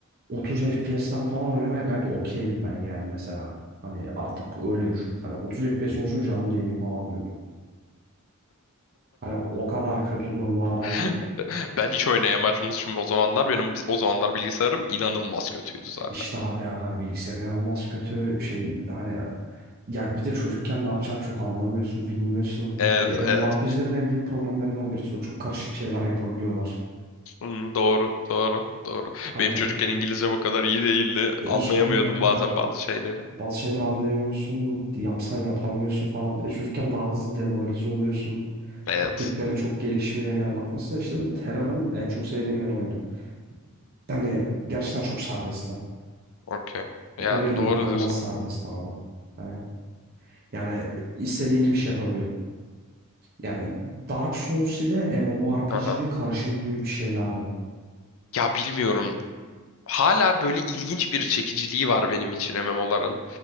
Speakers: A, on the right; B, on the left.
A: 30 FPS'ten falan oynamaya gayet okeydim ben yani mesela. Hani artık öyle düşün. Hani 30 FPS olsun canım dediğim falan Hani o kadar kötü durumlardaydım.
B: <laughs> Ben hiç oynaya başlamışım o zamanlar. Benim o zamanlar bilgisayarım inanılmaz kötüydü zaten.
A: İşte abi ya hani bilgisayar inanılmaz kötü şey hani ya bir de çocukken ne yapacağını çok anlamıyorsun bilmiyorsun.
B: Evet,
A: Hani MMORPG'lerin
B: evet.
A: en büyük problemlerinden birisi o çok karışık şeyler yapabiliyorlar.
B: Hmm, doğru, doğru, doğru.
A: Hani
B: Benim çocukken İngilizcem o kadar iyi değildi.
A: e
B: Anlayamıyordum
A: işte yani hani
B: bazen bazı şeyleri.
A: bazı şeyleri anlayamıyorsun yapsan yapamıyorsun falan bir de çocukken daha hızlı demoralize oluyorsun.
B: Evet.
A: Taktiklerin çok gelişmiyor yani bak mesela işte benim Terra'nın en çok sevdiğim yanı oydu. Yani gerçekten çok serbestti.
B: Okey. Yani
A: Oyun
B: doğru
A: inanılmaz
B: diyorsun.
A: serbestti abi. Hani Yani istediğin gibi şey yapabiliyordun. Yani Dark Souls ile MMORPG'nin
B: Aha.
A: karışımı gibi bir şeylerdi.
B: Ya bilmiyorum. Hala böyle ilginç bir çekiciliği var benim için MMO'ların.